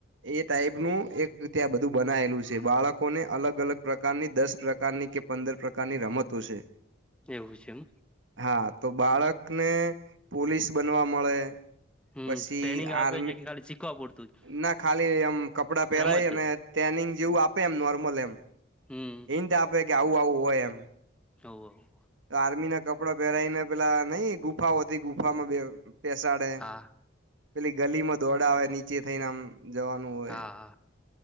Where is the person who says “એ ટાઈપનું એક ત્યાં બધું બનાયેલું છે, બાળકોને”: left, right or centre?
Right